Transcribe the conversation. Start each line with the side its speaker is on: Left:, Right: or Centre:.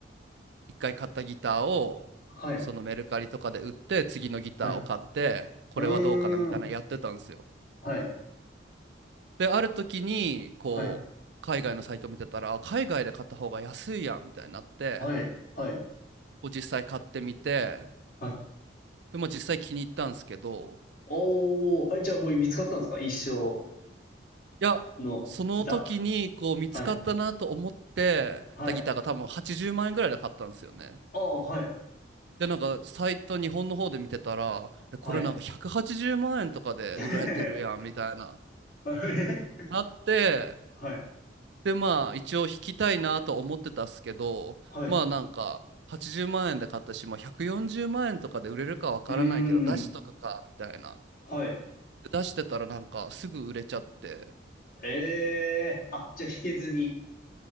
Right: 一回買ったギターをそのメルカリとかで売って次のギターを買ってこれはどうかなみたいなのやってたんですよ。
Left: はい。はい。うーん。はい。
Right: で、ある時に、こう、
Left: はい。
Right: 海外のサイト見てたら、あ海外で買った方が安いやんみたいになって、
Left: はい。はい。
Right: を実際買ってみて、
Left: はい。
Right: でも実際気に入ったんですけど、
Left: おー。あ、じゃあもう見つかったんですか一生
Right: いや、
Left: のギタ
Right: その時にこう見つかったなと思ってたギターが多分80万円ぐらいで買ったんですよね。
Left: ー。はい。はい。ああ、はい。
Right: で、なんかサイト日本の方で見てたら、えこれなんか180万円とかで売られてるやんみたいな。
Left: はい。<laughs> <laughs> あえ
Right: なって、
Left: はい、
Right: でまあ一応引きたいなと思ってたっすけどまあなんか80万円で買ったし、
Left: はい。う
Right: まあ、140万円とかで売れるかわからないけど出しとかかみたいな
Left: ーん、はい。
Right: で出してたらなんかすぐ売れちゃって
Left: ええあ、じゃあ引けずに、